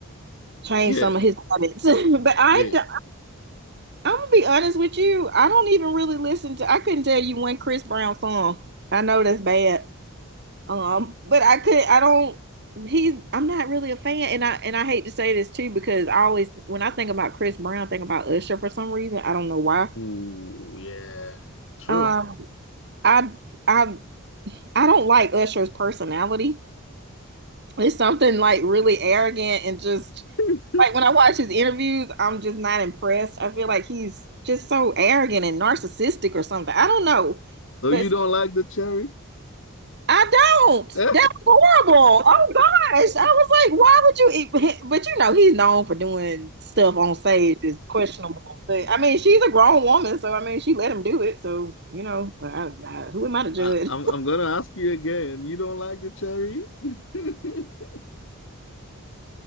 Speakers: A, on the right (about 50°); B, on the left (about 60°).
A: change
B: Yeah,
A: some of his habits. <laughs> but I
B: yeah.
A: d- I'm gonna be honest with you. I don't even really listen to. I couldn't tell you one Chris Brown song. I know that's bad. Um, but I could. I don't. He's. I'm not really a fan, and I and I hate to say this too because I always when I think about Chris Brown, I think about Usher for some reason. I don't know why.
B: Ooh, yeah. True.
A: Um, I I I don't like Usher's personality. It's something like really arrogant and just
B: <laughs>
A: like when I watch his interviews, I'm just not impressed. I feel like he's just so arrogant and narcissistic or something. I don't know.
B: So
A: But
B: you don't like the cherry?
A: I don't.
B: <laughs> I,
A: That was horrible. Oh gosh. I was like, why would you eat? But you know, he's known for doing stuff on stage is questionable. But I mean, she's a grown woman, so I mean, she let him do it. So, you know, I, I, who am I to judge?
B: I'm I'm gonna ask you again. You don't like the cherry? <laughs>